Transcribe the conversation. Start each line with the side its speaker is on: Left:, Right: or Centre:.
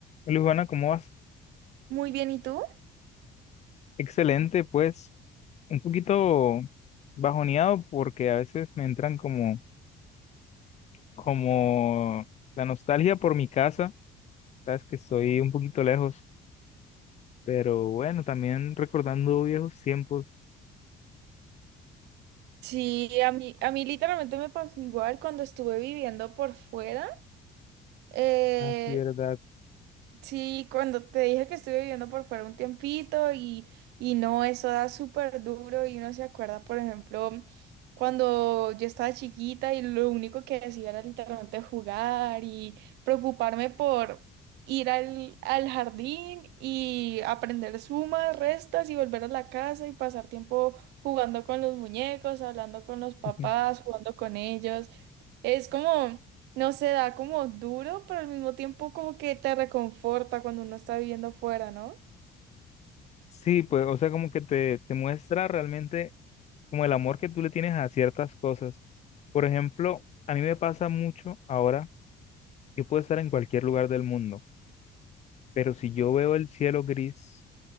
Left: Luis, ¿cómo vas?
Right: Muy bien, ¿y tú?
Left: Excelente, pues un poquito bajoneado porque a veces me entran como, como la nostalgia por mi casa, sabes que estoy un poquito lejos, pero bueno, también recordando viejos tiempos,
Right: Sí, a mí, a mí literalmente me pasó igual cuando estuve viviendo por fuera. Eh,
Left: así, ¿verdad?
Right: Sí, cuando te dije que estuve viviendo por fuera un tiempito y, y no, eso da súper duro y uno se acuerda, por ejemplo, cuando yo estaba chiquita y lo único que hacía era literalmente jugar y preocuparme por ir al, al jardín y aprender sumas, restas y volver a la casa y pasar tiempo jugando con los muñecos, hablando con los papás,
Left: <laughs>
Right: jugando con ellos. Es como... No se da como duro, pero al mismo tiempo como que te reconforta cuando uno está viviendo afuera, ¿no?
Left: Sí, pues, o sea, como que te, te muestra realmente como el amor que tú le tienes a ciertas cosas. Por ejemplo, a mí me pasa mucho ahora, yo puedo estar en cualquier lugar del mundo, pero si yo veo el cielo gris,